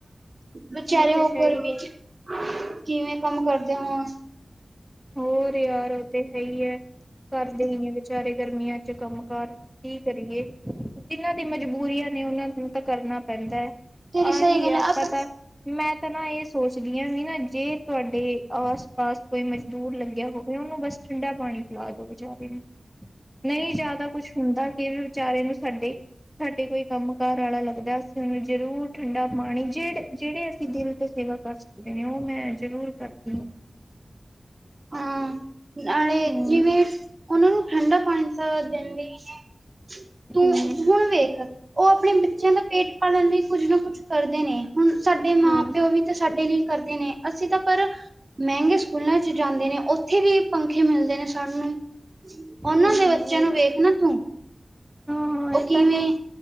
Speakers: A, on the right; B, in the centre.
A: ਬਚਾਰੇ
B: ਉਹ ਤੇ
A: ਹੋ
B: ਹੈ
A: ਗਰਮੀ
B: ਹੀ ਆ
A: ਚ ਕਿਵੇਂ ਕੰਮ ਕਰਦੇ ਹੋਣ
B: ਹੋਰ ਯਾਰ ਉਹ ਤੇ ਹੈ ਹੀ ਹੈ ਘਰਦੇ ਹੀ ਨੇ ਵਿਚਾਰੇ ਗਰਮੀਆਂ ਤੇ ਕੰਮ ਕਾਰ ਕੀ ਕਰੀਏ ਜਿਨਾਂ ਦੀ ਮਜਬੂਰੀਆਂ ਨੇ ਉਹਨਾਂ ਨੂੰ ਤਾਂ। ਕਰਨਾ ਪੈਂਦਾ ਹੈ
A: ਤੇਰੀ
B: ਆਹੀ
A: ਸਹੀ ਗੱਲ
B: ਹੈ ਆਪਾਂ
A: ਆਪ
B: ਤਾਂ ਮੈਂ ਤਾਂ ਨਾ ਇਸ। ਸੋਚਦੀ ਹਾਂ ਵੀ ਨਾ ਜੇ ਤੁਹਾਡੇ ਆਸ ਪਾਸ ਕੋਈ ਮ। ਦੂਰ ਲੱਗਿਆ ਹੋਵੇ। ਉਹਨੂੰ ਬਸ ਠੰਡਾ ਪਾਣੀ ਪਿਲਾ ਦੋ ਬੇਚਾਰੇ ਨੂੰ। ਨਹੀਂ ਜਿਆਦਾ ਕੁਛ ਹੁੰਦਾ ਕਿਵੇ। ਵਿਚਾਰੇ ਨੂੰ ਸਾਡੇ ਸਾਡੇ ਕੋਈ ਕੰਮ ਕਾਰ ਵਾਲਾ ਲੱਗਦਾ ਨੂੰ ਜਰੂਰ ਠੰਡਾ। ਮਾਣੀ ਜਿਹੜੇ ਜਿਹੜੇ ਅਸੀਂ ਦਿਲ ਤੋਂ ਸੇਵਾ ਕਰ ਸਕਦੇ ਨੇ ਉਹ ਮੈਂ ਜ਼ਰੂਰ ਕਰਦੀ ਹਾਂ।
A: ਹਾਂ ਨਾਲੇ
B: ਹਮ
A: ਜਿਵੇਂ ਉਹਨਾਂ ਨੂੰ ਠੰਡਾ ਪਾਣੀ ਤਾਂ ਦਿੰਦੇ ਹੀ ਤੂੰ
B: ਹਮ
A: ਹੁਣ ਵੇਖ। ਉਹ ਆਪਣੇ ਬੱਚਿਆਂ ਦਾ ਪੇਟ ਪਾਲਣ ਲਈ ਕੁੱਝ ਨਾ ਕੁੱਝ ਕਰਦੇ ਨੇ ਹੁਣ ਸਾਡੇ।
B: ਹਾਂ।
A: ਉਹ ਵੀ ਤਾਂ ਸਾਡੇ ਲਈ ਕਰਦੇ ਨੇ ਅਸੀਂ ਤਾਂ ਪਰ ਮਹਿੰਗੇ ਸਕੂਲਾਂ ਚ। ਚ ਜਾਂਦੇ ਨੇ ਉੱਥੇ ਵੀ ਪੰਖੇ ਮਿਲਦੇ ਨੇ ਸਾਨੂੰ। ਉਹਨਾਂ
B: ਹਾਂ
A: ਦੇ ਬੱਚਿਆਂ ਨੂੰ ਵੇਖ ਨਾ ਤੂੰ
B: ਹਾਂ
A: ਉਹ
B: ਇਹ
A: ਕਿਵੇਂ।
B: ਤਾਂ